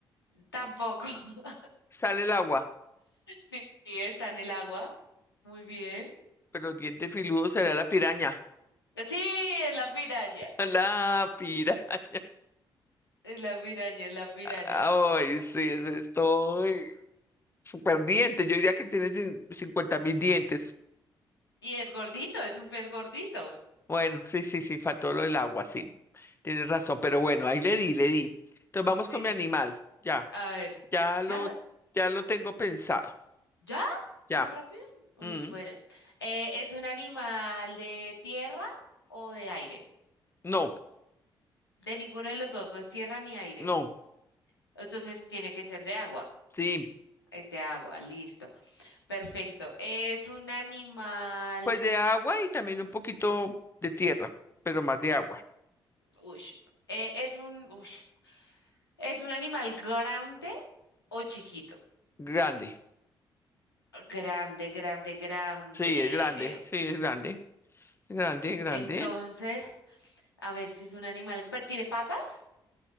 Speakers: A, on the left; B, on the left.
A: Tampoco. <laughs>
B: sale el agua,
A: Sí, está en el agua. Muy bien.
B: pero el diente filudo será la piraña.
A: Sí, es la piraña.
B: <laughs> La piraña.
A: Es la piraña, es la piraña.
B: Ay, sí, ese es todo. Super dientes, yo diría que tiene cincuenta mil dientes.
A: Y es gordito, es un pez gordito.
B: Bueno, sí, sí, sí, faltó lo del agua, sí. Tienes razón, pero bueno, ahí le di, le di. Entonces vamos
A: Sí.
B: con mi animal, ya,
A: A ver.
B: ya
A: ¿Ya?
B: lo,
A: la-
B: ya lo tengo pensado,
A: ¿Ya?
B: ya.
A: ¿Tan rápido? Uy,
B: Mm,
A: bueno. Eh, ¿es un animal de tierra o de aire?
B: No,
A: De ninguno de los dos, no es tierra ni aire.
B: no,
A: Entonces tiene que ser de agua.
B: sí,
A: Es de agua, listo. Perfecto. ¿Es un animal?
B: pues de agua y también un poquito de tierra, pero más de agua.
A: Ush. Eh, es un, ush. ¿Es un animal grande o chiquito?
B: Grande,
A: Grande, grande, grande.
B: sí, es grande, sí, es grande, grande, grande.
A: Entonces, a ver si es un animal, pero ¿tiene patas